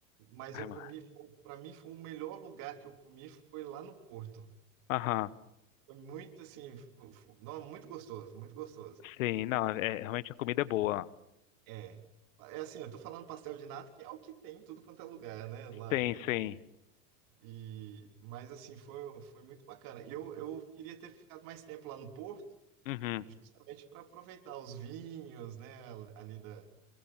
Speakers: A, on the right; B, on the left.
A: mas
B: é,
A: eu
B: mano.
A: comi, para mim foi o melhor lugar que eu comi foi lá no Porto.
B: aham.
A: Foi muito assim, fu- fu- não, muito gostoso, muito gostoso.
B: Sim, não, é, realmente a comida é boa.
A: É, é assim, eu tô falando pastel de nata, que é o que tem em tudo quanto é lugar, né, lá.
B: Sim,
A: E,
B: sim.
A: e- mas assim, foi, foi muito bacana. E Eu, eu queria ter ficado mais tempo lá no Porto,
B: Uhum.
A: justamente para aproveitar os vinhos, né, ali da,